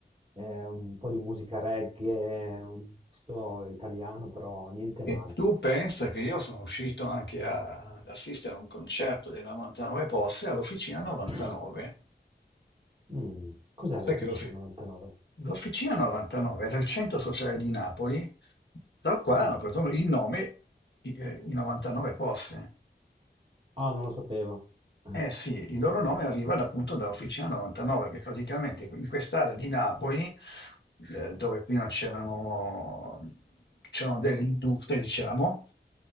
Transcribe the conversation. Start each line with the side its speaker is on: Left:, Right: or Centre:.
Right: eh, un po' di musica reggae, un misto italiano, però niente
Left: E
Right: male.
Left: tu pensa che io sono uscito anche a- ad assistere a un concerto dei 99 posse all'Officina 99.
Right: <clears throat> Mm, cos'è
Left: Sai
Right: l'FC99?
Left: che lo, L'Officina 99 era il centro sociale di Napoli, dal quale
Right: Mm.
Left: hanno preso il nome i, eh, i 99 posti.
Right: Ah, non lo sapevo. <laughs>
Left: Eh sì,
Right: Non
Left: il loro
Right: lo sapevo.
Left: nome arriva da- appunto da Officina 99, che praticamente in quest'area di Napoli, eh, dove prima c'erano c'erano delle industrie, diciamo,